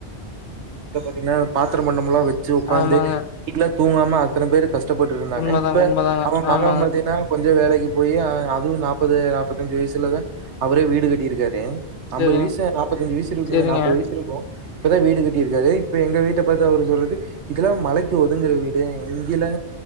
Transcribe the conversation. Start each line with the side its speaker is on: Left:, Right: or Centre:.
Right: ப்ப பாத்தீங்னா பாத்தர பண்டமமெல்லா வச்சு உக்காந்து
Left: ஆமாங்க
Right: வீட்ல தூங்காம அத்தன பேரு க ஷ்ட பட்டுட்டு இருந்தாங்க
Left: உண்மதாங்க
Right: இப்ப
Left: உண்மதாங்க
Right: அவ மக
Left: ஆமாங்க
Right: பாத்தின்னா கொஞ்சோ வேலைக்கி போய் அதுவு நாப்பது நாப்பத்தஞ்சு வயசுலதே அவரே வீடு கட்டிருக்காரு
Left: செரிங்க
Right: அம்பது வயசு நாப்பதஞ்சு வயசு இருக்குங்க
Left: செரிங்க
Right: நாப்பது வயசு இருக்கு இப்பதா வீடு கட் டிருக்காரு. இப்ப எங்க வீட்ட பாத்தா அவரு சொல்றது, இதெல்லா மழைக்கு ஒதுங்கற வீடு, இங்கெலா